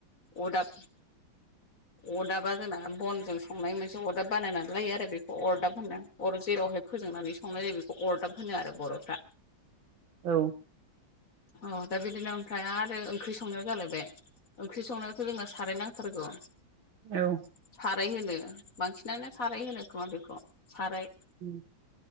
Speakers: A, on the left; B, on the right.
A: अरदाब अदाबा जोंना बनजों संनाय मोनसे अरदाब बानायनानै लायो आरो बेखौ अरदाब होनो अर जेरावहाय फोजोंनानै संनाय जायो बेखौ अरदाब होनो आरो बर'फ्रा
B: औ
A: औ दा बिदिनो ओमफ्राय आरो ओंख्रि संनायाव जालायबाय ओंख्रि संनायावथ' जोंना साराय नांथारगौ
B: औ
A: साराय होनो बांसिनानो साराय होनो खोमा बेखौ साराय
B: उम